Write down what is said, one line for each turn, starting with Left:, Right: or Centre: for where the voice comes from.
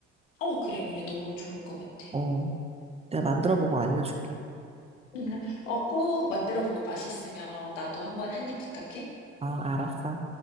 Left: 어, 그래 그래. 너무 좋을 것 같아.
Right: 어, 내가 만들어 보고 알려줄게.
Left: <laughs> 어, 꼭 만들어 보고 맛있으면 나도 한번 한입 부탁해.
Right: 아, 알았어.